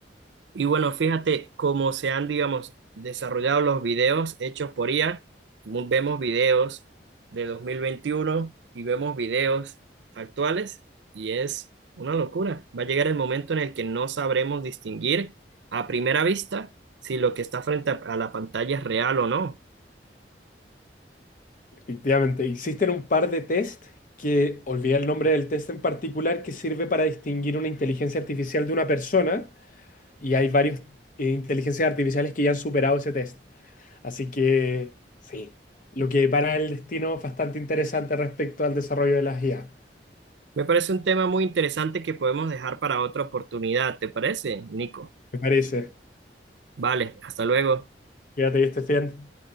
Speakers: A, on the right; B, on the left.
A: Y bueno, fíjate cómo se han, digamos, desarrollado los videos hechos por IA. Mu- Vemos videos de 2021 y vemos videos actuales y es una locura. Va a llegar el momento en el que no sabremos distinguir a primera vista si lo que está frente a, a la pantalla es real o no.
B: Efectivamente, existen un par de test que, olvidé el nombre del test en particular, que sirve para distinguir una inteligencia artificial de una persona. Y hay varios eh, inteligencias artificiales que ya han superado ese test. Así que, sí, lo que para el destino es bastante interesante respecto al desarrollo de las IA,
A: Me parece un tema muy interesante que podemos dejar para otra oportunidad, ¿te parece, Nico?
B: me parece.
A: Vale, hasta luego.
B: Fíjate, viste 100.